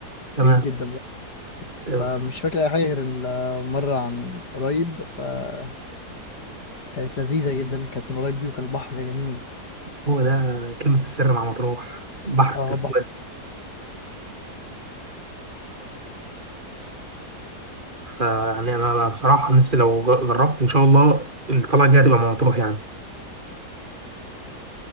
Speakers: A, on the right; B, on the left.
A: تمام
B: بعيد جدا بقى
A: تمام
B: فمش فاكر اي حاجه غير المره عن قريب فكانت لذيذه جدا اللي كانت من قريب دي وكان البحر جميل
A: هو ده كلمه السر مع مطروح البحر
B: اه
A: التركيزي فيعني انا أنا بصراحه نفسي لو ج- جربت ان شاء الله الطلعه الجايه تبقى مع مطروح يعني